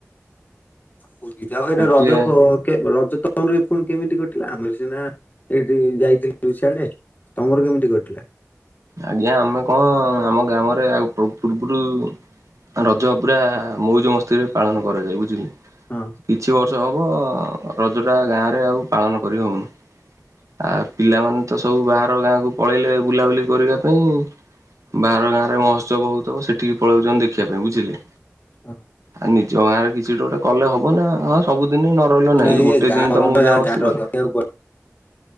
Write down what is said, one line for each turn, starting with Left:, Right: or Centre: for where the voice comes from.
Left: ପୁରୀ ତାପରେ
Right: ସେଠି
Left: ରଜ
Right: ଟିକେ
Left: ପ କେ ରଜ ତମର ପୁଣି କେମିତି କଟିଲା? ଆମେ ସିନା ଏଇଠି ଯାଇଥିଲୁୁ ସିଆଡେ। ତମର କେମିତି କଟିଲା।
Right: ଆଜ୍ଞା ଆମେ କଣ ଆମ ଗ୍ରାମ ରେ ଆଉ ପୂର୍ବରୁ ରଜ ପୁରା ମଉଜ ମସ୍ତିରେ ପାଳନ କରାଯାଏ ବୁଝିଲେ।
Left: ହଁ।
Right: କିଛି ବର୍ଷ ହବ ରଜଟା ଗାଁରେ ଆଉ ପାଳନ କରି ହଉନି। ଆ ପିଲାମାନେ ତ ସବୁ ବାହାର ଗାଁକୁ ପଳେଇଲେ ବୁଲାବୁଲି କରିବା ପାଇଁ ବାହାର ଗାଁରେ ମହୋତ୍ସବ ହଉଥବ ସେଠିକି ପଳଉଛନ୍ତି ଦେଖିବା ପାଇଁ ବୁଝିଲେ?
Left: ହ
Right: ଆଉ ନିଜ ଗାଁରେ କିଛି ଗୋଟେ କଲେ ହବ ନା ହଁ ସବୁଦିନ ନ ରହିଲ ନାଇଁ
Left: ନା ଇଏ
Right: ଗୋଟେ
Left: ଗାଁ
Right: ଦିନ
Left: ପରମ୍ପରା
Right: ତମକୁ ଯା ବସିିବାର
Left: ଗାଁ ରଖିବାକୁ ପଡିବ।